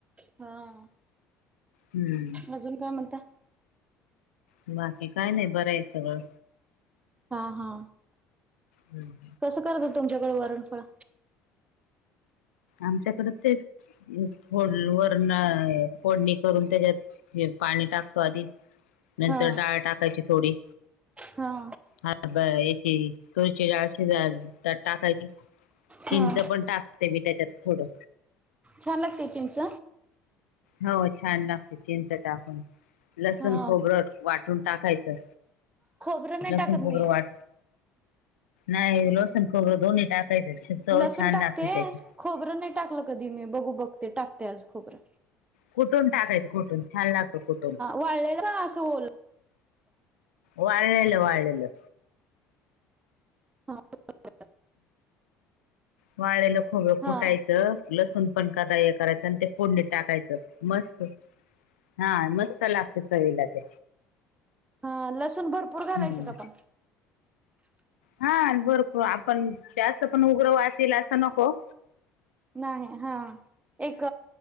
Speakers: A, on the right (about 20°); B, on the left (about 80°).
A: हं.
B: हम्म.
A: अजून काय म्हणता?
B: बाकी काय नाही, बरंय सगळं.
A: हा हा.
B: हम्म.
A: कसं करतात तुमच्याकडं वरणफळं?
B: आमच्याकडं तेच फोड वरणं फोडणी करून त्याच्यात, हे पाणी टाकतो आधी नंतर
A: हा
B: डाळ टाकायची थोडी
A: हा.
B: हा ब याची तुरीची डाळ शीजाय झ त्यात टाकायची. चिंच
A: हा
B: पण टाकते मी त्याच्यात थोडं.
A: छान लागते चिंच?
B: हो छान लागते चिंच टाकून, लसूण
A: हा
B: खोबरं वाटून टाकायचं.
A: खोबरं नाही
B: लसण
A: टाकत
B: खोबरं
A: मी
B: वाट, नाही लसण खोबरं दोन्ही टाकायचं. अशी चव
A: लसूण
B: छान
A: टाकते
B: लागते त्याची.
A: खोबरं नाही टाकलं कधी मी, बघू बघते टाकते आज खोबरं.
B: कुठून टाकायचं कुठून छान लागतं कुठून.
A: वाळलेल़ का असं ओलं
B: वाळेलेलं वाळलेलं.
A: हां चालतंय.
B: वाळे ल खोबं कुठा
A: हा
B: यचं <unintelligible> लसूण पण कदा हे करायचं, आणि ते फोडणीत टाकायचं मस्त हा मस्त लागतय चवीला ते
A: हा लसूण भरपूर
B: हम्म.
A: घालायचं का पण
B: हा भरपूर, आपण जास्त पण उग्र वास ईल असं नको.
A: नाही हा, एक